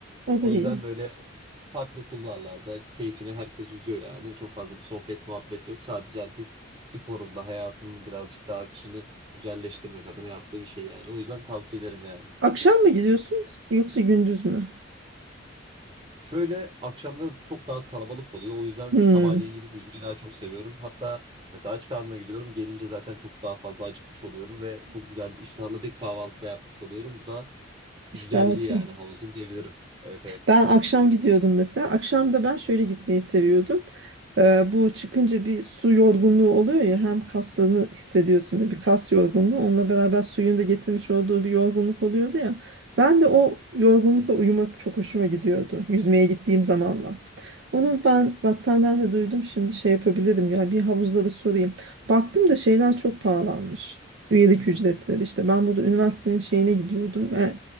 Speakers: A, on the right (about 60°); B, on the right (about 25°).
A: O da
B: O
A: iyi.
B: yüzden böyle farklı kulvarlarda keyfine herkes yüzüyor yani. Çok fazla bir sohbet muhabbet yok. Sadece herkes sporunda hayatının birazcık daha akışını güzelleştirmek adına yaptığı bir şey yani. O yüzden tavsiye ederim yani.
A: Akşam mı gidiyorsun yoksa gündüz mü?
B: Şöyle akşamları çok daha kalabalık oluyor. O yüzden
A: Hı.
B: sabahleyin gidip yüzmeyi daha çok seviyorum. Hatta mesela aç karnına gidiyorum. Gelince zaten çok daha fazla acıkmış oluyorum ve çok güzel iştahlı bir kahvaltı da yapmış oluyorum. Bu da
A: İşte
B: güzelliği
A: açı.
B: yani havuzun diyebilirim. Evet evet.
A: Ben akşam gidiyordum mesela. Akşam da ben şöyle gitmeyi seviyordum. Ee, bu çıkınca bir su yorgunluğu oluyor ya hem kaslarını hissediyorsun böyle bir kas yorgunluğu. Onunla beraber suyun da getirmiş olduğu bir yorgunluk oluyordu ya. Ben de o yorgunlukla uyumak çok hoşuma gidiyordu. Yüzmeye gittiğim zamanla. Onu ben bak senden de duydum şimdi şey yapabilirim ya bir havuzda da sorayım. Baktım da şeyler çok pahalanmış. Üyelik ücretleri işte ben burada üniversitenin şeyine gidiyordum. E,